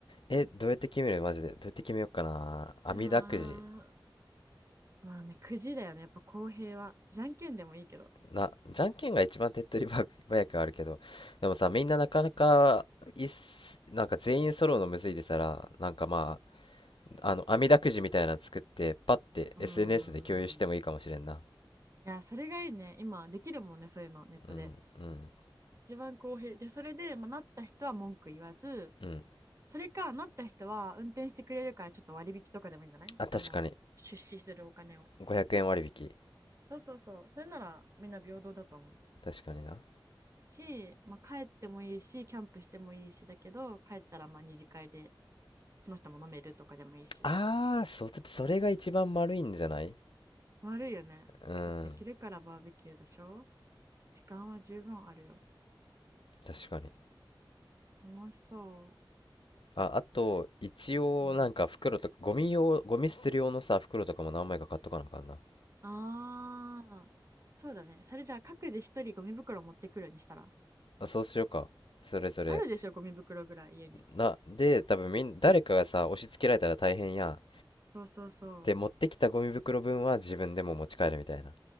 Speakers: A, on the left; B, on the right.
A: えどうやって決めるマジでどうやって決めようかな網だくじ
B: <laughs> うわまあねくじだよねやっぱ公平はじゃんけんでもいいけど
A: なじゃんけんが一番手っ取り早くあるけどでもさみんななかなかいっすなんか全員揃うのむずいでさらなんかまああの網だくじみたいなの作ってパッて
B: うーん
A: SNS で共有してもいいかもしれんな
B: いやそれがいいね今できるもんねそういうのネットで
A: うんうん
B: 一番公平でそれで、まあ、なった人は文句言わず
A: うん
B: それかなった人は運転してくれるからちょっと割引とかでもいいんじゃないあの出資するお金を
A: あ確かに500円割引
B: そうそうそう。それならみんな平等だと思う。
A: 確かにな
B: し、まあ、帰ってもいいし、キャンプしてもいいしだけど、帰ったらまあ二次会でその人も飲めるとかでもいいし。
A: ああ、そ、それが一番丸いんじゃない
B: 悪いよね。
A: うん、
B: だって昼からバーベキューでしょ時間は十分あるよ。
A: 確かに。
B: 楽しそ
A: あ、あと、一応、
B: う。うん。
A: なんか袋とか、ゴミ用、ゴミ捨てる用のさ、袋とかも何枚か買っとかなあかんな。
B: ああ、そうだね。それじゃあ各自一人ゴミ袋持ってくるにしたら。
A: あ、そうしようか。それぞれ。
B: あるでしょ、ゴミ袋ぐらい家に。
A: な、で、多分みん、誰かがさ、押し付けられたら大変やん。
B: そうそうそう。
A: で、持ってきたゴミ袋分は自分でも持ち帰るみたいな。